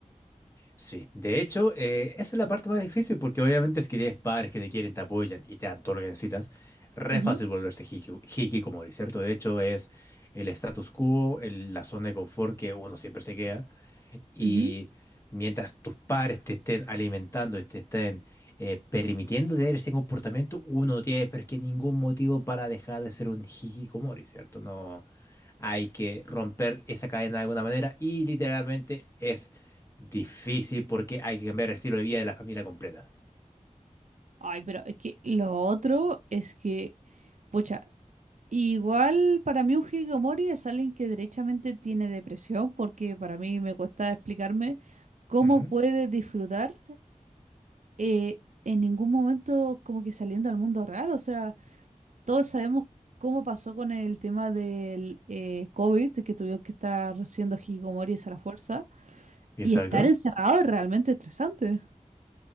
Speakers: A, on the left; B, on the right.
A: Sí, de hecho, eh, esa es la parte más difícil porque obviamente es que tienes padres que te quieren, te apoyan y te dan todo lo que necesitas. Re
B: Ujú,
A: fácil volverse hiki, hikikomori, ¿cierto? De hecho, es el status quo, el- la zona de confort que uno siempre se queda. Y
B: ujú.
A: mientras tus padres te estén alimentando y te estén eh, permitiendo tener ese comportamiento, uno no tiene pero es que ningún motivo para dejar de ser un hikikomori, ¿cierto? No hay que romper esa cadena de alguna manera y literalmente es Difícil porque hay que cambiar el estilo de vida de la familia completa.
B: Ay, pero es que lo otro es que, pucha, igual para mí un hikikomori es alguien que derechamente tiene depresión, porque para mí me cuesta explicarme cómo
A: Ujú.
B: puede disfrutar eh, en ningún momento como que saliendo al mundo real. O sea, todos sabemos cómo pasó con el tema del eh, COVID, que tuvieron que estar siendo hikikomoris a la fuerza,
A: Exacto.
B: y estar encerrado es realmente estresante.